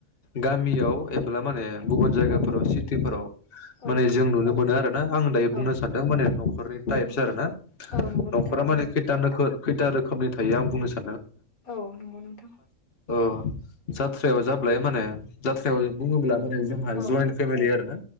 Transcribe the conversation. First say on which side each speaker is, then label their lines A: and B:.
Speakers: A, on the left; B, on the left.
A: गामियाव एब्ला माने गुबुन जायगाफोराव
B: औ
A: सिटिफोराव
B: औ
A: माने
B: नंगौ
A: जों
B: नोंथां
A: नुनो मोनो आरो ना आं दायो बुंनो
B: औ
A: सानदों माने न'खरनि टाइपस
B: औ
A: आरो ना
B: औ नंगौ
A: नख
B: नोंथां
A: न'खरा माने खैथा नोखोर खैथा रोखोमनि थायो आं बुंनो स
B: औ नंगौ नोंथां।
A: ओ जाथ्रायाव जाब्लाय माने जाथ्रायाव बुङोब्लानो जोंहा
B: औ
A: जयेन फेमिलि आरो ना